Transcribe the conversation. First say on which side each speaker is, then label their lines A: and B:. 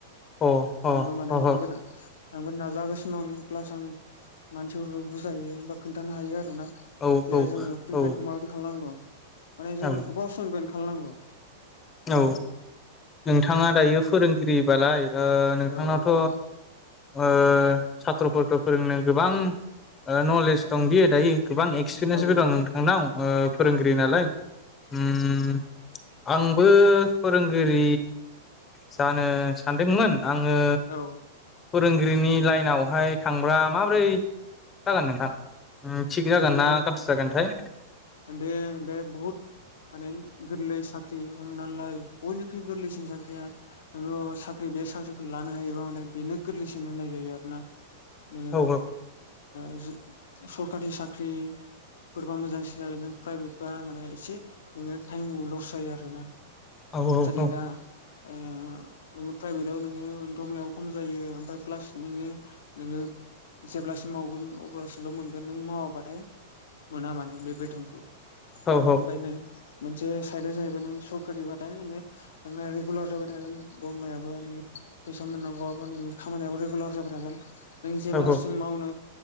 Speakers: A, on the left; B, on the left.
A: अ अ
B: आंबो माने
A: अ औ
B: आंबो आंबो नाजागासिनो दं प्लास आं मानसिफोरखौ बुजायो एबा खोनन्थानो हायो आरो ना
A: औ
B: जे जोङो प्रिपेारखौ
A: औ
B: माबाददि खालामनांगौ माने जों
A: औ
B: गोबाव समनिफ्रायनो खालामनांगौ।
A: औ नोंथाङा दायो फोरोंगिरि बालाय ओ नोंथांनावथ'
B: औ औ
A: ओ साथ्र'फोरखौ फोरोंनो गोबां ओ नलेज दं बियो दायो। गोबां एक्सपिरियेन्सबो
B: औ
A: दं नोंथांनाव ओ फोरोंगिरि
B: औ
A: नालाय। ओम आं बो फोरोंगिरि जानो सानदोंमोन आङो
B: औ
A: फोरों गिरिनि लाइनावहाय थांबा माबोरै जागोन नोंथां ओ थिग जागोन
B: नोङो
A: ना गाज्रि जागोनथाय?
B: बे बे बहुद माने गोरलै साख्रि हमना ला बयनिख्रुइ गोरलैसिन साख्रिया साख्रि बे साख्रिखौ लानो हायोबा माने बेनो गोरलैसिन होननाय जायो आरोना नोङो
A: औ
B: ओ सरखारि साख्रिफोरबा मोजांसिन जागोन नों प्राइभेट बा माने एसे नोङो टाइम लस जायो आरोना
A: औ औ
B: जेरै
A: औ
B: दा ओ नोङो प्राइभेटाव नोङो दरमायाबो खम जायो ओमफ्राय प्लास नोङो नोङो जेब्लासिम मावगोन अब्लासिमल' मोनगोन नों मावाबाथाय मोना माने बेबादि बेटनखौ
A: औ
B: <unintelligible>
A: औ
B: नों मोनसे साइदआ जाहैबाय नों सरकारिबाथाय नोङो नोंना रेगुलार जाबाय थागोन दरमायाबो नों फैसा मोननांगौआबो नोंनि खामानियाबो रेगुलार जाबाय थागोन नों जेब्लासिम
A: औ
B: मावनो